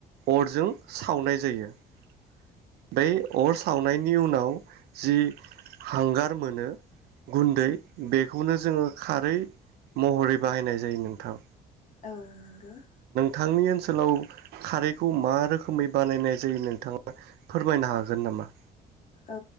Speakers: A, on the right (about 70°); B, on the left (about 45°).
A: अरजों सावनाय जायो । बै अर सावनायनि उनाव जि हांगार मोनो गुन्दै बेखौनो जोङो खारै महरै बाहायनाय जायो नोंथां।
B: औ नों <inaudible>
A: थांनि ओनसोलाव खारैखौ मा रोखोमै बानायनाय जायो नोंथांङा फोरमायनो हागोन नामा?
B: औ